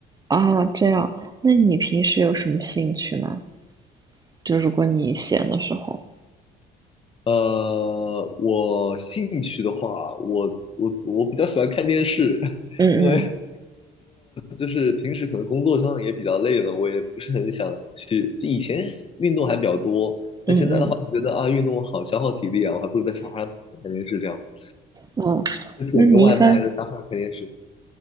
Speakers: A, on the right (about 25°); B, on the left (about 35°).
A: 啊，这样，那你平时有什么兴趣呢？就如果你闲的时候，
B: 呃，我兴趣的话，我我我比较喜欢看电视，<laughs>
A: 嗯嗯
B: 因为就是平时可能工作上也比较累了，我也不是很想去。就以前运动还比较多，那现在的话觉得啊，
A: 嗯嗯，
B: 运动好消耗体力啊，我还不如在沙发上躺着看电视这样子，
A: 哦，
B: 就点个外卖在沙发上看电视。
A: 那你一般，